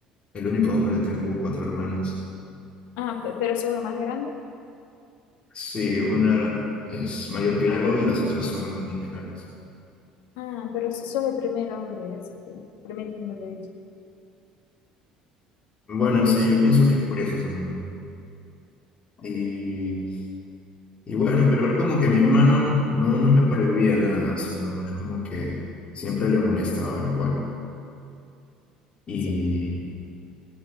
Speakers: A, on the left (about 35°); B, on the left (about 65°).
A: el único hombre, tengo cuatro hermanas.
B: ah, pe- pero soy el más grande.
A: Sí, una es mayor que yo y las otras son mis menores.
B: Ah, pero s- sos el primer hombre, así que, primer niño de ella.
A: Bueno, sí, yo pienso que es por eso también. ¿no? Y, y bueno, pero es como que mi mamá no, no, no me prohibía nada, sino es como que siempre le molestaba igual. Y,
B: Sí.